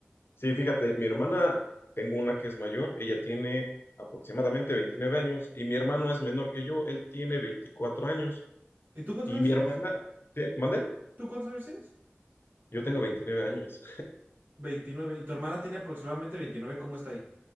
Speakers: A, on the left; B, on the right.
A: Sí, fíjate, mi hermana, tengo una que es mayor, ella tiene aproximadamente 29 años y mi hermano es menor que yo, él tiene 24 años.
B: ¿Y tú cuántos
A: Y
B: años
A: mi
B: tienes?
A: hermana, ¿qué? ¿Mande?
B: ¿Tú cuántos años tienes?
A: Yo tengo 29 años.
B: Veintinueve. ¿Y tu hermana tiene aproximadamente veintinueve. ¿Cómo está ahí?